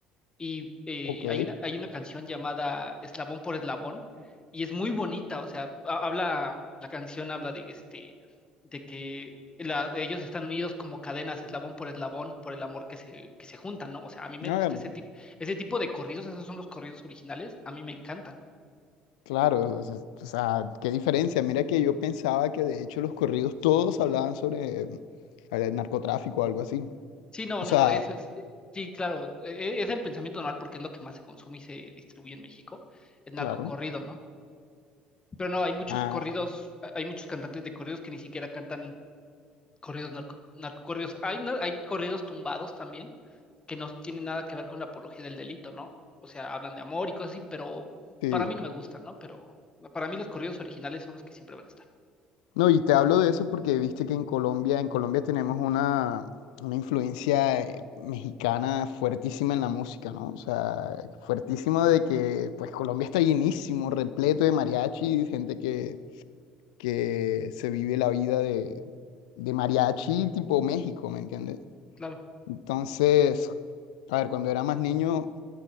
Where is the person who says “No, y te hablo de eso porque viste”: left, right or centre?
Left